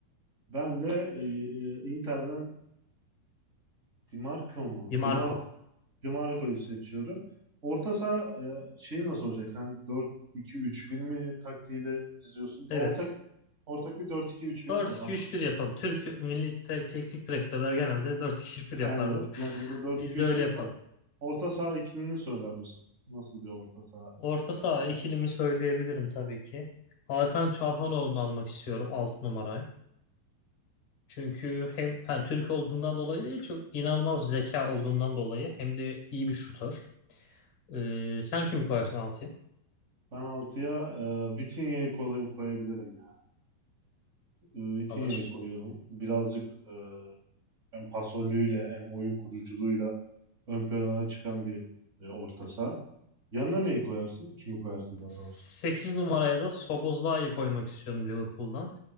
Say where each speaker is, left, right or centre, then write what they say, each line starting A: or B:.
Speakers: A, on the right; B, on the left.
A: Ben de e, e, Inter'den Di Marco mu?
B: Di Marco.
A: Di Mar- Dimarco'yu seçiyorum. Orta saha e, şeyi nasıl olacak? Sen 4-2-3-1 mi taktiğiyle diziyorsun? Ortak
B: Evet.
A: ortak bir 4-2-3-1
B: Dört
A: o zaman.
B: iki üç bir yapalım. Türk milli te- teknik direktörler genelde dört iki üç bir yaparlar.
A: Aynen. Bence de 4-2-3-1
B: Biz de öyle
A: yapalım.
B: yapalım.
A: Orta saha ikilini söyler misin? Nasıl bir orta saha?
B: Orta saha ikilimi söyleyebilirim tabii ki. Hakan Çalhanoğlu'nu almak istiyorum alt numaraya. Çünkü hem yani Türk olduğundan dolayı değil çok inanılmaz bir zeka olduğundan dolayı hem de iyi bir şutör. Ee, sen kimi koyarsın altıya?
A: Ben altıya e, Vitinha'yı koy- koyabilirim ya. E, Vitinha'yı
B: Alır.
A: koyuyorum. Birazcık e, hem pasörlüğüyle hem oyun kuruculuğuyla ön plana çıkan bir e, orta saha. Yanına neyi koyarsın? Kimi koyarsın daha
B: 8
A: doğrusu?
B: numaraya da Szoboszlai'yi koymak istiyorum Liverpool'dan.